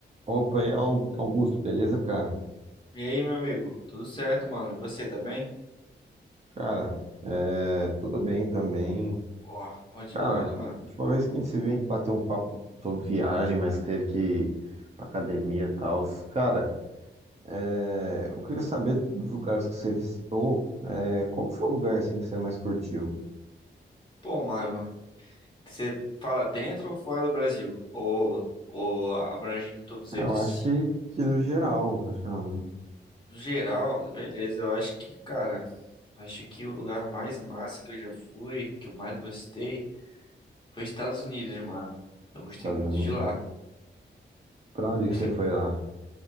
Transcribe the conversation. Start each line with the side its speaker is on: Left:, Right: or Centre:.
Right: Opa, e aí, Au- Augusto, beleza, cara?
Left: E aí, meu amigo? Tudo certo, mano? E Você tá bem?
Right: Cara, é, tudo bem também.
Left: Pô, bom demais,
Right: Cara, a
Left: mano.
Right: última vez que a gente se viu, a gente bateu um papo sobre viagem, mas teve que ir pra academia e tal. Cara, é, eu queria saber dos lugares que você visitou, é, qual que foi o lugar assim que você mais curtiu?
Left: Pô, mano, você fala dentro ou fora do Brasil? Ou, ou abrangindo todos eles?
Right: É, Eu acho que, que no geral, no geral, né?
Left: No geral, beleza, eu acho que, cara, acho que o lugar mais massa que eu já fui, que eu mais gostei, foi Estados Unidos, mano. Eu gostei
Right: Estados
Left: muito
Right: Unidos.
Left: de lá.
Right: Pra onde
Left: Gostei
Right: que você foi
Left: muito.
Right: lá?